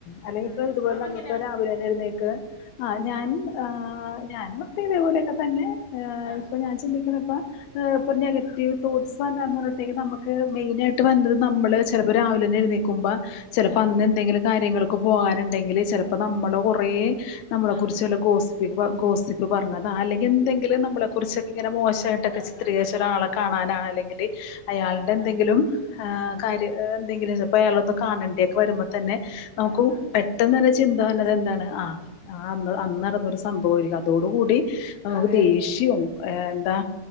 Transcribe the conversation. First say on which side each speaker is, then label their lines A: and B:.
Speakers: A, on the left; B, on the left.
A: അല്ലെങ്കിപ്പോ
B: ആഹ്
A: ഇതുപോലെ
B: മാമ
A: നമുക്കോ
B: എങ്ങനാ
A: രാവിലെന്നെ എഴുന്നേൽക്കാൻ ആഹ് ഞാൻ ആ ഞാൻ ഇപ്പിം ഇതേപോലെക്കെതെന്നെ
B: ആഹ്
A: ഇപ്പൊ ഞാൻ ചിന്തിക്കുന്നപ്പ ഇപ്പൊ നെഗറ്റീവ് തോട്ട്സ്ന്നന്ന് പറഞ്ഞതേക്കും നമുക്ക് മെയിനയിട്ട് വന്നത് നമ്മള് ചെ ചെലപ്പോ രാവിലെന്നെ എഴുന്നീക്കുമ്പ ചെലപ്പോ
B: ആഹ്
A: അന്ന അന്ന് എന്തെങ്കിലും കാര്യങ്ങൾക്ക് പോകാനുണ്ടെങ്കിൽ ചെലപ്പോ നമ്മള് കൊറേ നമ്മളെ
B: ആഹ്
A: കുറിച്ചല്ല ഗോസി ഗോസിപ്പ് പറഞ്ഞതാ അല്ലെങ്കി എന്തെിലും നമ്മളെ കുറിച്ചൊക്കെ ഇങ്ങനെ മോശമായിട്ടൊക്കെ
B: ആഹ്
A: ചിത്രിക്കരിച്ച
B: ആഹ്
A: ഒരാളെ കാണാനാണ് അല്ലെങ്കില് അയാളുടെന്തെങ്കിലും
B: ആഹ് ആഹ്
A: ഏ
B: ആഹ്
A: കാര്യ ഏ എന്തെങ്കിലും ചെൽപോ അയാളൊന്ന് കാണേണ്ടിക്കെ വരുമ്പോതന്നെ നമുക്കു
B: ആഹ് ആഹ്
A: പെ പെട്ടന്ന് വരുന്ന ചിന്തവന്നത് എന്താണ് ആ അന്ന് അന്ന് നടന്നൊരു സംഭവയിരിക്കും അതോട്കൂടി നമുക്ക്
B: അതെ
A: ദേഷ്യവും
B: അതെ
A: ഏഹ് എന്താ